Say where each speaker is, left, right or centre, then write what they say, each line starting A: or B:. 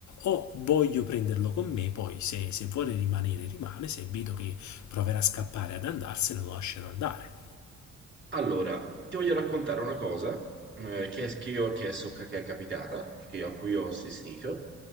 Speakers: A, on the left; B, on the right.
A: o voglio prenderlo con me, poi se, se vuole rimanere rimane, se vedo che proverà a scappare ad andarsene lo lascerò andare.
B: Allora, ti voglio raccontare una cosa eh, che, è, che io- che è so- che è capitata, che io- a cui ho assistito.